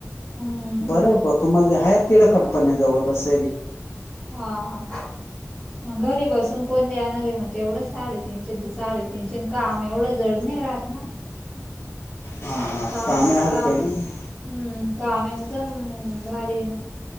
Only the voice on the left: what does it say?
बरय बुवा, तुम्हाले हाय तिड कंपन्याजवळ बसय बी
हा हा,
कामही हलक
आहे नय का